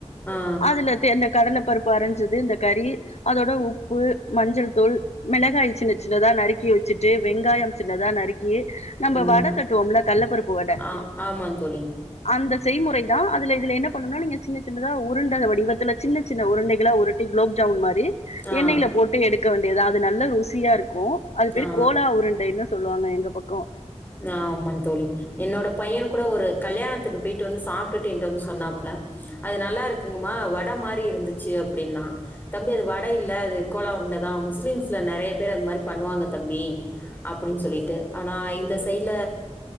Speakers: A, on the left; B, on the left.
A: ஆ
B: அதுல தே அந்த கடல பருப்பு அரஞ்சது இந்த கறி அதோட உப்பு மஞ்சள் தூள் மெளகாய சின்ன சின்னதா நறுக்கி வெச்சுட்டு வெங்காயம் சின்னதா நறுக்கி நம்ம
A: ம்
B: வட தட்டுவோம்ல்ல கள்ள பருப்பு வட
A: ஆ ஆமா தோழி
B: அந்த செய்முறைதா அதுல இதுல என்ன பண்ணுனா நீங்க சின்ன சின்னதா உருண்ட வடிவத்தில சின்ன சின்ன உருண்டைகளா உ ருட்டி குலோப் ஜோமுன் மாரி
A: ஆ
B: எண்ணெல போட்டு எடுக்க வேண்டியதுதா அது நல்லா ருசியா இருக்கு அது பேரு
A: ஆ
B: கோலா உருண்டைனு சொல்லுவாங்க எங்க பக்கோ
A: ஆமாந் தோழி என்னோட பையன் கூட ஒரு கல்யாணத்துக்கு போயிட்டு வந் சாப்டுட்டு என்ட்ட வந் சொன்னாப்ல அது நல்லா இரு க்குங்கமா வட மாரி இருந்துச்சு அப்டினா தம்பி அது வட இல்ல அது கோலா உருண்டதா முஸ்லீம்ஸ்ல நெறைய பேர் அது மாரி பண்ணுவாங்க தம்பி அப்டின்னு சொல்லிட்டு ஆனா இந்த சைடுல